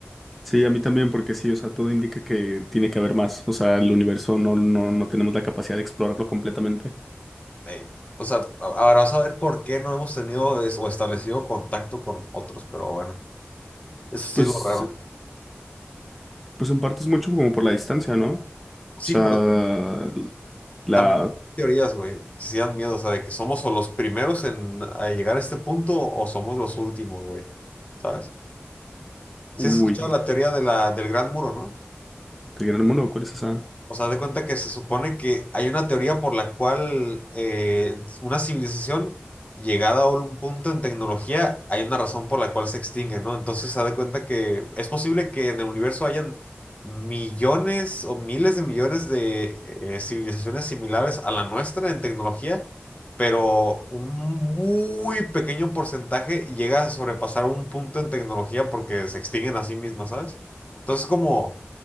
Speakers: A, in the centre; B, on the left.
A: Sí, a mí también, porque sí, o sea, todo indica que tiene que haber más. O sea, el universo no, no, no tenemos la capacidad de explorarlo completamente.
B: Ey. O sea, a- ahora vas a ver por qué no hemos tenido es- o establecido contacto con otros, pero bueno. Eso sí
A: Pues,
B: es lo raro.
A: pues en parte es mucho como por la distancia, ¿no?
B: Sí,
A: O sea,
B: pero ta-
A: la...
B: también hay teorías, güey, que sí dan miedo, o sea, de que somos o los primeros en a llegar a este punto o somos los últimos, güey. ¿Sabes? Sí
A: Uy,
B: has escuchado la teoría de la, del Gran Muro, ¿no?
A: ¿el gran mono ¿Cuál es esa?
B: O sea, de cuenta que se supone que hay una teoría por la cual eh, una civilización llegada a un punto en tecnología, hay una razón por la cual se extingue, ¿no? Entonces se da de cuenta que es posible que en el universo hayan millones o miles de millones de eh, civilizaciones similares a la nuestra en tecnología, pero un muy pequeño porcentaje llega a sobrepasar un punto en tecnología porque se extinguen a sí mismas, ¿sabes? Entonces como